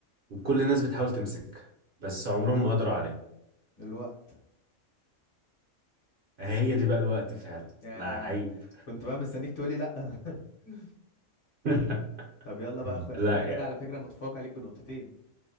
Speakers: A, on the right; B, on the left.
A: وكل الناس بتحاول تمسكها بس عمرهم ما قدروا عليها
B: الوقت
A: هي دي بقى الوقت فعلا
B: يا
A: لعيب
B: كنت بقى مستنيك تقولي لأ <laughs>
A: <laughs>
B: طب يلا بقى أخو... انا
A: لا
B: كده
A: يعني
B: على فكرة متفوق عليك بنقطتين